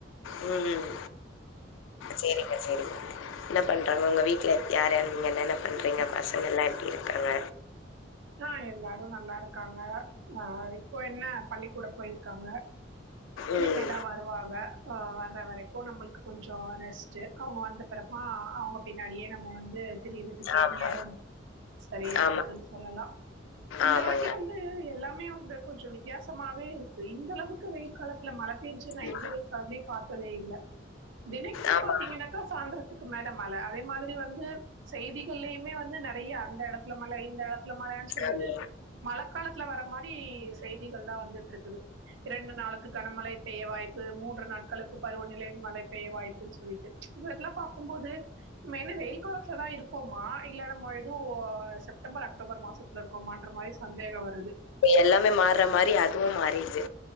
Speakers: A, on the left; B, on the right.
A: ம் சேரிங்க சேரிங்க
B: <inaudible>
A: என்ன பண்றாங்க உங்க வீட்ல யார்யாரு நீங்க என்னென்ன பண்றிங்க பசங்கல்லா எப்டி இருக்காங்க
B: ஆ எல்லாரு நல்லாருக்காங்க ஆ இப்போ என்ன பள்ளிக்கூடோ போயிருக்காங்க இனிமேதா
A: ம்
B: வருவாங்க ஆ வர்ற வரைக்கு நம்மளுக்கு கொஞ்சோ ரெஸ்ட்டு அவுங்க வந்த பெறகு ஆ அவுங்க பின்னாடியே நம்ம வந்து திரியறதுக்கே
A: ஆமா
B: நேர சரியா
A: ஆமா
B: இருக்குன் சொல்லலா இந்த
A: ஆமாங்க.
B: வாட்டி வந்து எல்லாமே வந்து கொஞ்சொ வித்யாசமாவே இருக்கு இந்தளவுக்கு வெயில் காலத்துல மழை பேஞ்சு நா
A: ம்
B: எந்த வெயில் காலத்துலயு பாத்ததே இல்ல தெனைக்கு
A: ஆமா
B: பாத்திங்கனாக்கா சாந்தரத்துக்கு மேல மழ அதே மாரி வந் து செய்திகள்லயுமே வந்து நெறைய அந்த எடத்துல மழ இந்த எடத் மழன் சொல்ட்டு
A: ஆமா
B: மழகாலத்துல வர மாரி செய்திகள்லா வந்துட்ருக்குது இரண்டு நாளுக்கு கனமழை பெய்ய வாய்ப்பு மூன்று நாட்களுக்கு பருவநிலை மழை பெய்ய வாய்ப்புன் சொல்லிட்டு இதெலா பாக்கும்போது நம்ம என்ன வெயில் காலத்துலதா இருக்கோமா இல்ல நம்ம எதுவு செப்டம்பர் அக் அக்டோபர் மாசத்துல இருக்கோமான்ற மாரி சந்தேகோ வருது
A: இப்ப எல்லாமே மார்ர மாரி அதுவு மாறிடுது